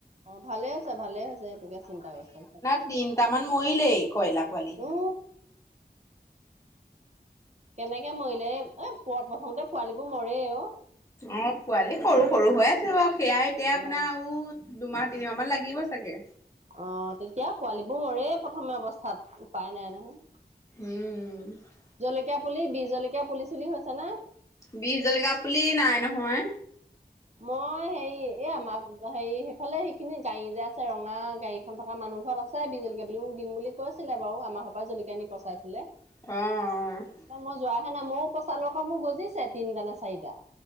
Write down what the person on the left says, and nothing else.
তিনিটামান মৰিলেই কয়লাৰ পোৱালি।
অ' পোৱালি সৰু সৰু হৈ আছে বাৰু, সেয়াাই এতিয়া আপোনাৰ
আৰু দুমাহ তিনিমাহ মান লাগিব চাগে।
উম।
বিহ জালকীয়া পুলি নাই নহয়।
অঁ, অ'।